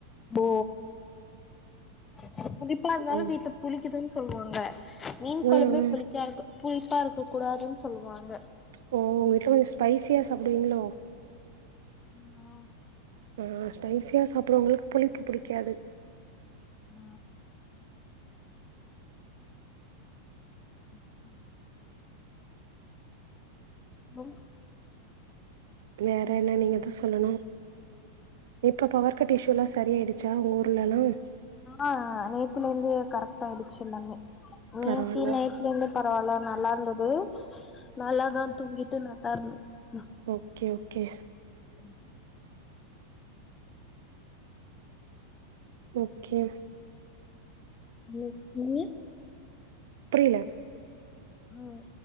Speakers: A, on the left; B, on the right.
A: ஓ ம் புளிப்பா இருந்தாலு
B: ம்
A: வீட்ல புளிக்குதுனு சொல்வாங்க மீன்
B: ம்
A: கொழம்பே
B: ம்
A: புளிக்கா இருக்கு புளிப்பா இருக்க கூடாதுன்னு சொல்வாங்க
B: ஓ உங்க வீட்லல்லா ஸ்பைசியா சாப்டுவீங்களோ
A: ஆமா
B: ஆ ஸ்பைசியா சாப்டுறவங்களுக்கு புளிப்பு புடிக்காது
A: ஆ ம் ம் மம்
B: வேற என்ன நீங்கதான் சொல்லணும் இப்ப பவர் கட் இஷ்யூலாஸ் சரிய ஆயிடுச்சா உங்க ஊர்லலாம்
A: ஆஹ் நேத்தில இருந்து கரெக்டா ஆயிடுச்சுல்லாமே நேத்தி
B: பரவால்ல
A: நைட்ல இருந்து பா வல நல்லா இருந்தது நல்லதா தூங்கி <unintelligible>
B: ஓக்கே கே
A: ஹ
B: ஓக்கே
A: உ நீ
B: புரில
A: ஆஹ